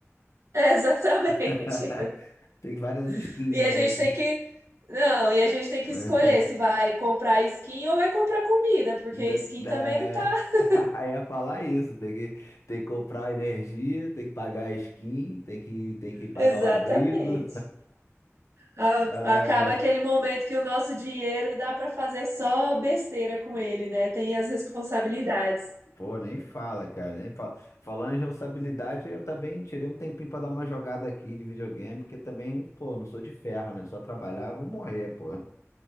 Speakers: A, on the right (about 80°); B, on the left (about 85°).
A: É, exatamente.
B: <laughs> Tem várias skins,
A: <laughs> E
B: né?
A: a gente tem que, não, e a gente tem
B: <laughs>
A: que escolher se vai comprar skin ou vai comprar comida, porque
B: Ainda-
A: skin também
B: É...
A: não tá. <laughs>
B: <laughs> Aí ia falar isso. Tem que, tem que comprar energia, tem que pagar a skin, tem que, tem que pagar
A: Exatamente.
B: o abrigo.
A: A-
B: <laughs>
A: Acaba aquele momento que o nosso dinheiro dá pra fazer só besteira com ele, né? Tem as responsabilidades.
B: Pô, nem fala, cara, nem fala. Falando em responsabilidade, eu também tirei um tempinho pra dar uma jogada aqui de videogame, porque também, pô, não sou de ferro, né? Só trabalhar, eu vou morrer, pô.